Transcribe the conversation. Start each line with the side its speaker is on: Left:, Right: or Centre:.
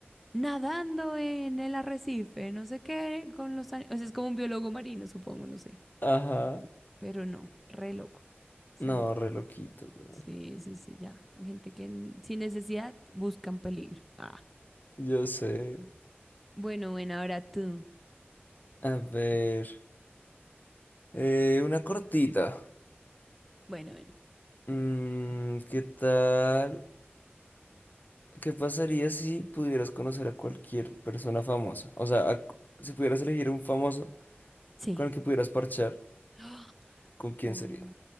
Centre: nadando en el arrecife, no sé qué, con los ani- O sea, es como un biólogo marino, supongo, no sé.
Left: Ajá.
Centre: Pero no, re loco. O sea,
Left: No, re loquito, weón.
Centre: sí, sí, sí, ya. Gente que n- sin necesidad buscan peligro. Ah.
Left: Yo sé.
Centre: Bueno, bueno, ahora tú.
Left: A ver. eh, una cortita.
Centre: Bueno, bueno.
Left: Mm, ¿qué tal? ¿Qué pasaría si pudieras conocer a cualquier persona famosa? O sea, a cu- si pudieras elegir un famoso
Centre: Sí.
Left: con el que pudieras parchar,
Centre: <gasps> ¡Ah!
Left: ¿con quién
Centre: Oh,
Left: sería?